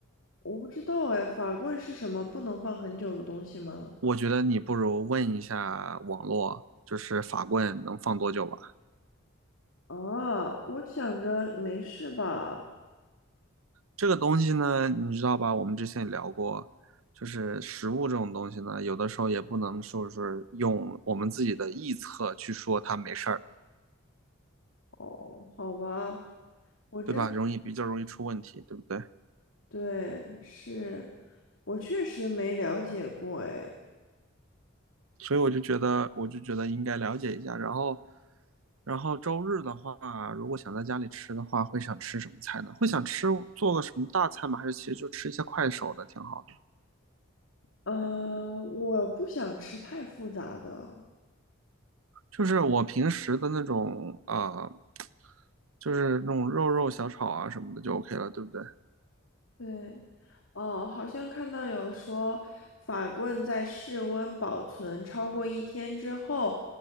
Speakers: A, on the left; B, on the right.
A: 我不知道哎，法棍是什么不能放很久的东西吗？
B: 我觉得你不如问一下网络，就是法棍能放多久吧？
A: 啊，我想着没事吧。
B: 这个东西呢，你知道吧？我们之前也聊过，就是食物这种东西呢，有的时候也不能说是用我们自己的臆测去说它没事儿，
A: 哦，好吧，我真，
B: 对吧？容易比较容易出问题，对不对？
A: 对，是，我确实没了解过哎。
B: 所以我就觉得，我就觉得应该了解一下。然后然后周日的话，如果想在家里吃的话，会想吃什么菜呢？会想吃做个什么大菜吗？还是其实就吃一些快手的挺好的？
A: 呃，我不想吃太复杂的，
B: 就是我平时的那种呃，就是那种肉肉小炒啊什么的就 OK 了，对不对？
A: 对，哦，好像看到有说，法棍在室温保存超过一天之后，